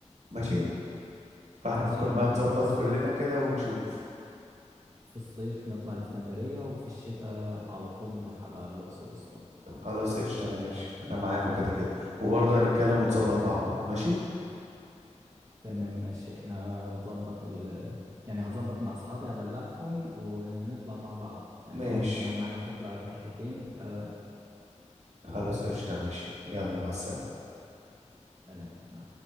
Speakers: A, on the right; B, on the right.
A: ماشي فاحنا
B: ماشي
A: ممكن
B: احنا
A: بقى
B: ممكن
A: نظبط
B: في الصيف
A: كلنا كده ونشوف
B: في الصيف نطلع الإسكندرية وفي الشتاء على طول نروح على الأقصر وأسوان
A: خلاص قشطه انا ماشي انا معاك وكده كده وبرضه هنتكلم ونظبط مع بعض ماشي
B: تمام ماشي احنا نظبط ال يعني هظبط مع أصحابي أبلغهم ونطلع مع بعض يعني
A: ماشي
B: طالما انت ناوي معانا تطلع الرحلتين فتمام
A: خلاص قشطه ماشي يلا مع السلامه
B: سلام مع